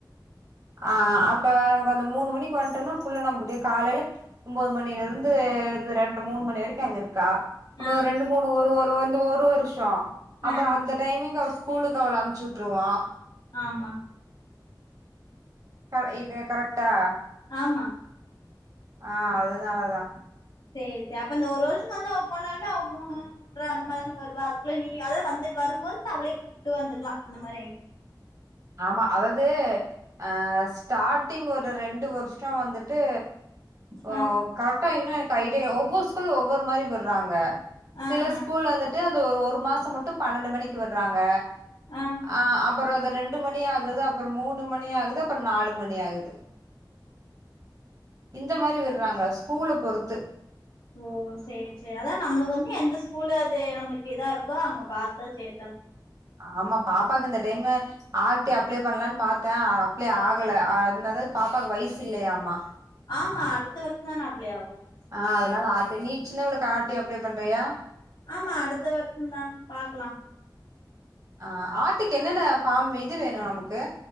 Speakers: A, on the right (about 45°); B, on the left (about 75°).
A: ஆ அப்ப நமக்கு அந்த மூணு மணிக்கு வன்ட்டனா புள்ள நம்மக்குடிய காலைல ஒம்போது மணில இருந்து இது ரெண்டு மூணு மணி வரைக்கு அங்க இருக்கா இன்ன
B: ஆ
A: ரெண்டு மூணு ஒரு ஒரு இந்த ஒரு வருஷ அப்பற
B: ஆ
A: அந்த டைமிங்க்கு அவ ஸ்கூலுக்கு அவள அனுப்ச்சுட்ருவோ
B: ஆமா
A: அ இ கரெக்டா
B: ஆமா
A: ஆ அதுனாலதா
B: சேர் சேரி அப்ப இந்த ஒரு வருஷ கழிச்சு அவ போனாலுமே அவ மூணு மூன்ற அந்த மாரிதான வருவா அதுக்குள்ள நீ அதா வந்துட் வரும்போது அவளையு கூப்ட்டு வந்துக்லா அந்த மாரி
A: ஆமா அதாது அ ஸ்டார்டிங் ஒரு ரெண்டு வருஷம் வந்துட்டு ஓ
B: ஆ
A: கரெக்டா இன்னும் எனக்கு ஐடியா ஒவ்வொரு ஸ்கூல்லு ஒவ்வொரு மாரி விட்றாங்க
B: ஆ
A: சில
B: ஆ
A: ஸ்கூல் வந்துட்டு அந்த ஒரு மாசம் மட்டும் பன்னெண்டு மணிக்கு விட்றாங்க
B: ஆ
A: அ அப்புற அது ரெண்டு மணி ஆகுது அப்பற மூணு மணி ஆகுது அப்ற நாலு மணி ஆகுது இந்த மாரி விட்றாங்க ஸ்கூல்ல பொறுத்து
B: ஓ சேர் செர் அதா நம்மளுக்கு வந்து எந்த ஸ்கூலு அது நம்மளுக்கு இதா இருக்கோ அங்க பாத்து சேத்த
A: ஆமா பாப்பாக்கு இந்த டைம்மு ஆர்ட்டி அப்ளை பண்ணலான் பாத்தேன் அப்ளை ஆகல அன்னது பாப்பாவுக்கு வயசு இல்லையாம்மா
B: ஆமா அடுத்த வருஷம் தான அப்ளே ஆகும்
A: ஆ அதனால ஆட்டி நீ ஜின்னவளுக்கு ஆர்ட்டி அப்ளை பண்றியா
B: ஆமா அடுத்த வருஷம் தா பாக்லாம்
A: ஆ ஆட்டிக்கு என்னென்ன பாஃம் இது வேணும் நம்மக்கு